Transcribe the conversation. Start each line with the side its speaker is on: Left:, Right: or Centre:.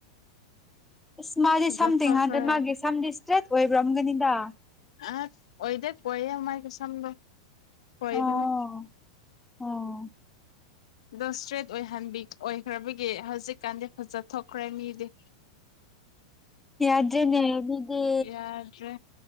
Centre: ꯏꯁ ꯃꯥꯗꯤ
Left: ꯐꯖꯊꯈ꯭ꯔꯦ
Centre: ꯁꯝ ꯇꯤꯡꯍꯟꯗ꯭ꯔꯦ ꯃꯥꯒꯤ ꯁꯝꯗꯤ ꯇ꯭ꯔꯦꯠ ꯑꯣꯏꯕ꯭ꯔꯝꯒꯅꯤꯗ
Left: ꯑꯠ ꯑꯣꯏꯗꯦ ꯈꫭꯏꯌꯦ ꯃꯥꯏꯒꯤ ꯁꯝꯗꫭ ꯈꫭꯏꯕꯅꯦ
Centre: ꯑꯣ ꯑꯣ
Left: ꯗꯣ ꯁꯇ꯭ꯔꯦꯠ ꯑꯣꯏꯍꯟꯕꯤ ꯑꫭꯏꯍꯟꯈ꯭ꯔꯕꯒꯤ ꯍꯧꯖꯤꯛꯀꯥꯟꯗꯤ ꯐꯖ ꯊꯣꯛꯈ꯭ꯔꯦ ꯃꯤꯗꯤ
Centre: ꯌꯥꯗ꯭ꯔꯦꯅꯦ ꯗꯨꯗꯤ
Left: ꯌꯥꯗ꯭ꯔꯦ